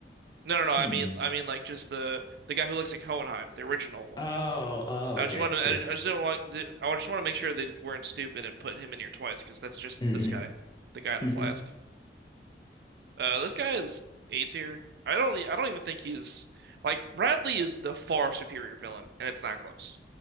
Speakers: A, on the right (about 60°); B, on the left (about 25°).
A: No, no, no. I
B: Hmm.
A: mean, I mean, like just the the guy who looks like Hohenheim, the original one.
B: Oh, oh,
A: I
B: okay,
A: just want to.
B: okay.
A: I just don't want. I just want to make sure they weren't stupid and put him in here twice because that's just
B: hmm
A: this guy, the guy in the
B: hmm
A: flask.
B: hmm.
A: Uh, this guy is A tier. I don't. I I don't even think he's like Bradley is the far superior villain, and it's not close.